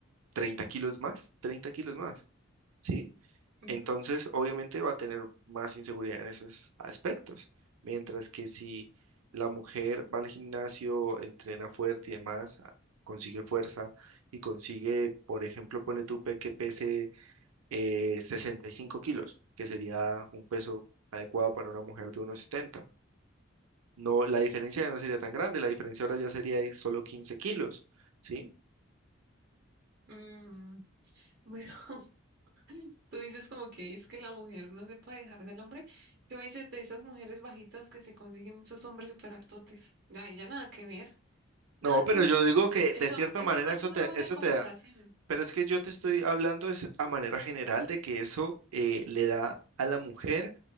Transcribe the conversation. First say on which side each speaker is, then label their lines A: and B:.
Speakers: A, on the right (about 85°); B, on the right (about 45°).
A: 30 kilos más, 30 kilos más, ¿sí?
B: ujú,
A: Entonces, obviamente va a tener más inseguridad en esos aspectos. Mientras que si la mujer va al gimnasio, entrena fuerte y demás, a- consigue fuerza y consigue, por ejemplo, ponle tú pe- que pese eh, 65 kilos, que sería un peso adecuado para una mujer de unos 70. No, la diferencia ya no sería tan grande, la diferencia ahora ya sería de solo 15 kilos, ¿sí?
B: mm, bueno, <laughs> Tú dices como que es que la mujer no se puede dejar del hombre. Yo me dices de esas mujeres bajitas que se consiguen esos hombres súper altotes. Ay, ya nada que ver, nada
A: No,
B: que
A: pero
B: ver.
A: yo digo que
B: Eso,
A: de cierta
B: eso
A: manera
B: no es
A: eso
B: una
A: te,
B: buena
A: eso
B: comparación,
A: te, Pero es que yo te estoy hablando es a manera general de que eso eh, le da a la mujer